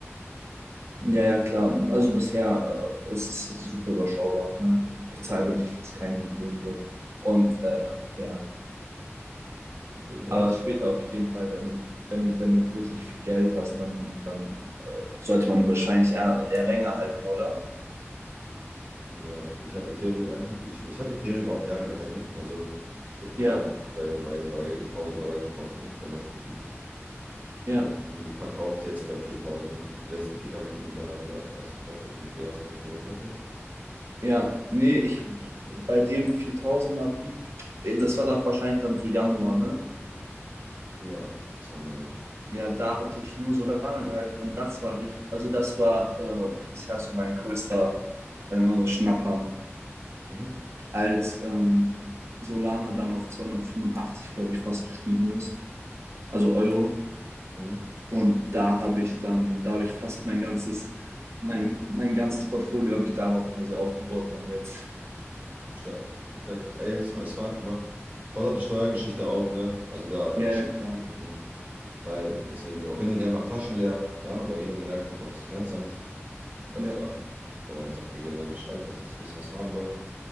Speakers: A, on the right; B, on the right.
A: ja, ja, klar. Also bisher, äh, ist es super überschaubar, ne? Ich
B: Okay,
A: zahle
B: ja,
A: wirklich fast keine Gebühren so. Und äh, ja.
B: auf jeden Fall,
A: Aber
B: ja,
A: später auf jeden Fall, wenn du, wenn du, wenn du wirklich viel Geld hast, dann, dann äh, sollte man wahrscheinlich eher, eher länger halten, oder?
B: Ja, ich habe Ethereum, ja, ich habe ich, ich hab Ethereum auch Jahre gehalten. Also ich hatte ihn
A: Ja,
B: teilweise bei, bei, bei tausend Dollar gekauft, ne, beim letzten Tief. Und
A: ja,
B: habe ihn ge- verkauft jetzt bei viertausend ne. Den letzten Peak habe ich den, dann habe ich, hab ich alles verkauft, weil ich eine Theos an Ethereum hatte.
A: ja. Nee, ich bei dem 4000er Peak, äh, das war doch wahrscheinlich dann so Januar, ne?
B: Ja, das war im Januar.
A: Ja, da hatte ich nur Solana gehalten und das war richtig, also das war äh, bisher so mein größter, sagen wir mal so Schnapper,
B: Mhm.
A: als ähm, Solana dann auf 285, glaube ich, fast gestiegen ist, also Euro.
B: Mhm.
A: Und da habe ich dann, da habe ich fast mein ganzes, mein, mein ganzes Portfolio habe ich darauf quasi aufgebaut dann jetzt.
B: Stark, perfekt. Ey, sm- smart gemacht. Pass auf die Steuergeschichte auf, ne? Also da unterscheidet
A: Ja, ja, klar.
B: es nicht. Weil deswegen auch hin und her macht Taschen leer, ja, weil hin und her klappt auch das Finanzamt öfter
A: Ja,
B: und sagt dir gerne mal Bescheid, was, dass sie ein bisschen was haben wollen.